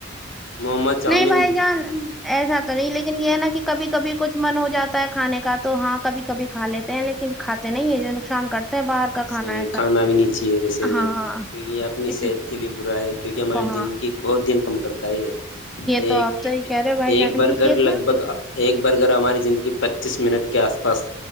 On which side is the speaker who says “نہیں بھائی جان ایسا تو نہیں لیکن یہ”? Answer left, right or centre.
Centre